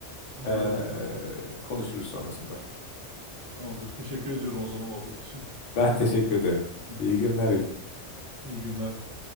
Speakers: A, on the right; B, on the left.
A: Anladım.
B: Ee, konuşuruz sonrasında.
A: Tamamdır. Teşekkür ediyorum o zaman muhabbet için.
B: Ben teşekkür ederim.
A: <laughs>
B: İyi günler. Ekim.
A: İyi günler.